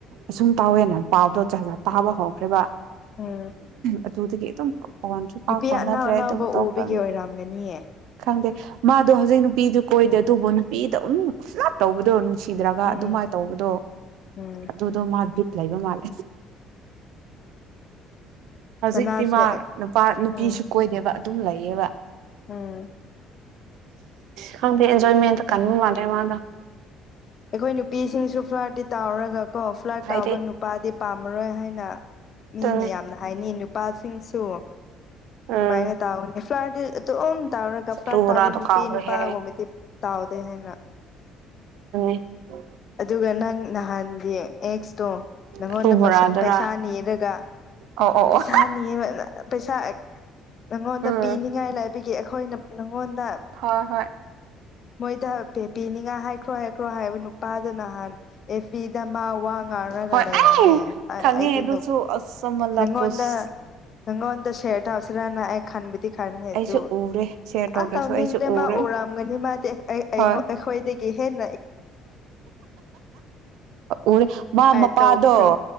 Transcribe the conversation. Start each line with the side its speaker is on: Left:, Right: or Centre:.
Right: ꯑꯁꯨꯝ ꯇꯧꯋꯦꯅ ꯄꯥꯎꯗꯣ ꯆꯥꯖ ꯇꯥꯕ ꯍꯧꯈ꯭ꯔꯦꯕ
Left: ꯎꯝ
Right: ꯑꯗꯨꯆꯗ ꯀꯩꯇ ꯐꯣꯟꯁꯨ ꯄꯥꯛ
Left: ꯅꯨꯄꯤ
Right: ꯐꯥꯎꯅꯗ꯭ꯔꯦ
Left: ꯑꯅꯧ ꯑꯅꯧꯕ
Right: ꯑꯗꯨꯝ ꯇꯧꯈꯅꯤ
Left: ꯎꯕꯒꯤ ꯑꯣꯏꯔꯝꯒꯅꯤꯌꯦ
Right: ꯈꯪꯗꯦ ꯃꯥꯗꯣ ꯍꯧꯖꯤꯛ ꯅꯨꯄꯤꯗꯨ ꯀꯣꯏꯗꯦ
Left: ꯎꯝ
Right: ꯑꯗꯨꯕꯨ ꯅꯨꯄꯤꯗꯣ ꯑꯃꯨ ꯐꯅ ꯇꯧꯕꯗꯣ ꯅꯨꯡꯁꯤꯗ꯭ꯔꯥ
Left: ꯎꯝ
Right: ꯑꯗꯨꯃꯥꯏꯅ ꯇꯧꯕꯗꯣ
Left: ꯎꯝ
Right: ꯑꯗꯨꯗꯣ ꯃꯥ ꯕꯤꯠ ꯂꯩꯕ ꯃꯥꯜꯂꯦ ꯍꯧꯖꯤꯛ
Left: ꯃꯅꯥꯁꯦ
Right: ꯃꯥ ꯅꯨꯄꯥ ꯅꯨꯄꯤꯁꯨ
Left: ꯎꯝ
Right: ꯀꯣꯏꯗꯦꯕ ꯑꯗꯨꯝ ꯂꯩꯌꯦꯕ
Left: ꯎꯝ
Right: ꯀꯗꯤ ꯏꯟꯖꯣꯏꯃꯦꯟ ꯀ ꯃꯥꯗꯦ ꯋꯥꯗ
Left: ꯑꯩꯈꯣꯏ ꯅꯨꯄꯤꯁꯤꯡꯁꯨ ꯐ꯭ꯂꯥꯤ ꯇꯥꯎꯔꯒ ꯀꯣ ꯐ꯭ꯂꯥꯠ
Right: ꯍꯥꯏꯗꯤ
Left: ꯇꯥꯎꯕ ꯅꯨꯄꯥꯗꯤ ꯄꯥꯝꯃꯔꯣꯏ ꯍꯥꯏꯅ
Right: ꯑꯗꯨꯅꯦ
Left: ꯃꯤ ꯃ ꯌꯥꯝꯅ ꯍꯥꯏꯅꯤ ꯅꯨꯄꯥꯁꯤꯡꯁꯨ
Right: ꯎꯝ
Left: ꯁꯨꯃꯥꯏꯅ ꯇꯧꯒꯅꯤ ꯑꯗꯨꯝ ꯇꯥꯎꯔꯒ ꯐ꯭ꯔꯥꯠ
Right: ꯑꯂꯨ ꯕꯣꯔꯥꯗꯣ
Left: ꯇꯥꯎꯕ ꯅꯨꯄꯤ
Right: ꯀꯥꯎꯈ꯭ꯔꯦꯍꯦ
Left: ꯅꯨꯄꯥꯒꯨꯝꯕꯗꯤ
Right: ꯑꯩ
Left: ꯇꯥꯎꯗꯦ ꯍꯥꯏꯅ
Right: <inaudible>
Left: ꯑꯗꯨꯒ ꯅꯪ ꯅꯍꯥꯟꯒꯤ ꯑꯦꯛꯁꯇꯣ ꯅꯪꯉꯣꯟꯗ
Right: ꯑꯂꯨ ꯕꯣꯔꯥꯗꯨꯔꯥ
Left: ꯄꯩꯁꯥ ꯅꯤꯔꯒ
Right: ꯑꯣ ꯑꯣ
Left: ꯄꯩꯁꯥ
Right: ꯑꯣ
Left: ꯅꯤ ꯄꯩꯁꯥ ꯅꯉꯣꯟꯗ
Right: ꯎꯝ
Left: ꯄꯤꯅꯤꯡꯉꯥꯏ ꯂꯩꯥꯏꯕꯒꯤ ꯑꯩꯈꯣꯏꯅ ꯅꯪꯉꯣꯟꯗ
Right: ꯍꯣꯏ ꯍꯣꯏ
Left: ꯃꯣꯏꯗ ꯄꯤꯅꯤꯉꯥꯏ ꯍꯥꯏꯈ꯭ꯔꯣ ꯀ꯭ꯔꯣ ꯍꯥꯏꯕ ꯅꯨꯄꯥꯗꯨ ꯅꯍꯥꯟ ꯑꯦꯐꯤꯗ ꯃꯥ ꯋꯥ ꯉꯥꯡꯔꯒ
Right: ꯍꯣꯏ
Left: ꯂꯩꯔꯝꯃꯦ
Right: ꯑꯩ
Left: ꯑꯩꯗꯤ
Right: ꯈꯪꯉꯦ ꯑꯗꯨꯁꯨ ꯑꯁ ꯃꯂꯥꯀꯨꯁ
Left: ꯒꯉꯣꯟꯗꯉꯣꯟꯗ ꯁꯌꯔ ꯇꯧꯁꯤꯔꯅ ꯑꯩ ꯈꯟꯕ ꯈꯥꯔꯅꯤ ꯑꯗꯨ
Right: ꯑꯩꯁꯨ ꯎꯔꯦ ꯁꯦꯌꯔ ꯇꯧꯗ꯭ꯔꯁꯨ
Left: ꯑ ꯇꯧꯅꯤꯡꯗ
Right: ꯑꯩꯁꯨ ꯎꯔꯦ
Left: ꯃꯥ ꯎꯔꯑꯝꯒꯅꯤ ꯃꯥ ꯑꯩꯈꯣꯏ
Right: ꯍꯣꯏ
Left: ꯀꯍꯦꯅ
Right: ꯎꯔꯦ ꯃꯥ
Left: ꯑꯩ
Right: ꯃꯄꯥꯗꯣ
Left: ꯇꯣꯛꯈ꯭ꯔꯦ